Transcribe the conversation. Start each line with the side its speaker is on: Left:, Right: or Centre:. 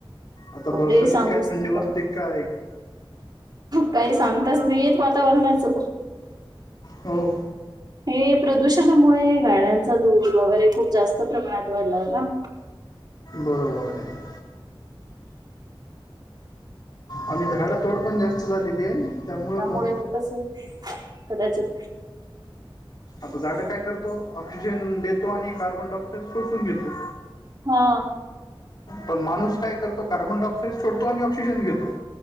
Left: आता
Right: बापरे
Left: बरसाातत
Right: सांगूच
Left: काय थंडी
Right: नका
Left: वाजते.. का आहे क.
Right: काही सांगताच नाही येत वातावरणाचं..
Left: हो..
Right: हे प्रदूषणामुळे गाड्यांचा धूर वगैरे खूप जास्त प्रमाणात वाढला हो ना..
Left: बरोबर आहे.. आणि झाडं तोड पण जास्त झालेली आहे. त्यामुळं
Right: त्यामुळे
Left: पण
Right: होत असेल कदाचित
Left: आता झाडं काय करतो ऑक्सिजन देतो आणि कार्बन डाय ऑक्साइड सोसून घेतो.
Right: हा.
Left: ण माणूस काय करतो कार्बन डायऑक्साइड सोडतो आणि ऑक्सिजन घेतो.